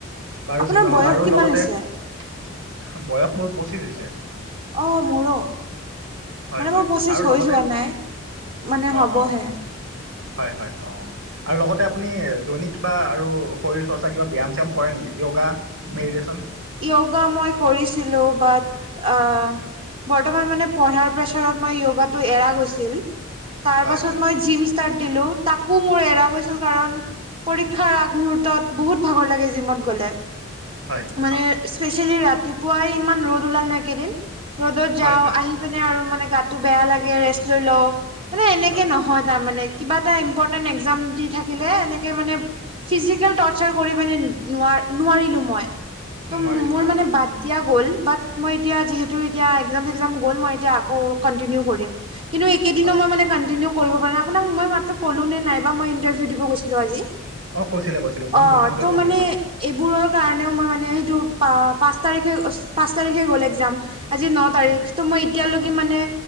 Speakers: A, on the right; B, on the right.
A: বাৰু
B: আপোনাৰ
A: যি নহওঁক
B: বয়স
A: আৰু
B: কিমান
A: লগতে
B: হৈছে অ
A: বয়স মোৰ পঁচিছ হৈছে।
B: অ', মোৰো।
A: হয়
B: মানে
A: হয়
B: মোৰ পঁচিছ
A: আৰু
B: হৈ
A: লগতে
B: যোৱা নাই, মানে
A: অঁ
B: হ'বহে।
A: অঁ হয় হয়। অ',। আৰু লগতে আপুনি দৈনিক কিবা আৰু শৰীৰ-চৰ্চা কিবা ব্যায়াম-চ্যায়াম কৰে নেকি, য়োগা? মেডিটেশ্যচন?
B: য়োগা মই কৰিছিলো। বাত আ বৰ্তমান মানে পঢ়াৰ প্ৰেছাৰত মই য়োগাটো এৰা গৈছিল। তাৰপাছত
A: হয় হয়
B: মই জিম ষ্টাৰ্ট দিলো। তাকো মোৰ
A: হয়
B: এৰা গৈছিল কাৰণ পৰীক্ষাৰ আগমুৰ্হূতত বহুত ভাগৰ লাগে জিমত গ'লে।
A: হয়।
B: মানে স্পেচিয়েলি ৰাতিপুৱাই ইমান ৰ'দ ওলাল ন একেইদিন। ৰ'দত যাওঁ
A: হয় হয়
B: আহি আহি পিনে আৰু মানে গাতটো বেয়া লাগে ৰেষ্ট লৈ লওঁ মানে এনেকে
A: হয়
B: নহয় তাৰমানে। কিবা এটা ইম্পৰ্টেণ্ট একজাম দি থাকিলে এনেকে মানে ফিজিকেল টচাৰ কৰি পিনে নোৱা নোৱাৰিলো মই, ত'
A: নোৱাৰি
B: মোৰ
A: হয়
B: মানে
A: হয়
B: বাদ এতিয়া গ'ল। বাত মই এতিয়া যিহেতু এতিয়া একজাম- চেকজাম গ'ল, মই এতিয়া আকৌ কণ্টিনিউ কৰিম। কিন্তু একেইদিনো
A: হয়
B: মই মানে কণ্টিনিউ কৰিব পৰা নাই। আপোনাক মই মাত্ৰ ক'লো নে নাই বা মই ইন্টাৰভিউ দিব গৈছিলো আজি!
A: অ', কৈছিলা, কৈছিলা পোন
B: অ'
A: প্ৰথমতে
B: ত'
A: কৈছিলা
B: মানে
A: হয়।
B: এইবোৰৰ কাৰণেও মই মানে সেইটো পা-পাঁচ তাৰিখে পাঁচ তাৰিখে গ'ল একজাম। আজি ন তাৰিখ।
A: হয়
B: ত' মই এতিয়া লৈকে
A: হয়
B: মানে